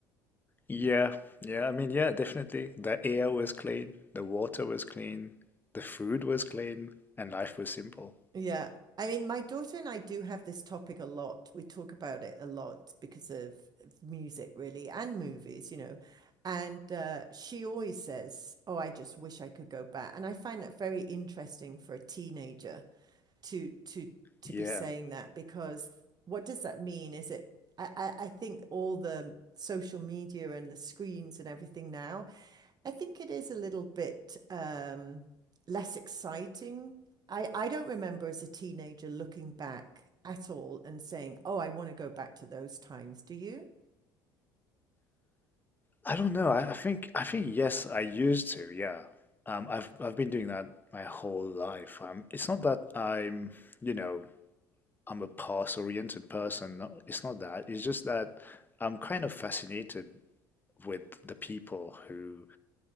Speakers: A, on the left; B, on the right.
A: Yeah, yeah, I mean, yeah, definitely. The air was clean, the water was clean, the food was clean, and life was simple.
B: Yeah. I mean, my daughter and I do have this topic a lot. We talk about it a lot because of, of music, really, and movies, you know. And uh, she always says, Oh, I just wish I could go back. And I find that very interesting for a teenager to to to
A: Yeah.
B: be saying that because what does that mean? Is it I, I I think all the social media and the screens and everything now, I think it is a little bit um less exciting. I I don't remember as a teenager looking back at all and saying, "Oh, I want to go back to those times." Do you?
A: I don't know. I, I think I think yes, I used to. Yeah. Um, I've I've been doing that my whole life. Um, it's not that I'm, you know, I'm a past-oriented person. No, it's not that. It's just that I'm kind of fascinated with the people who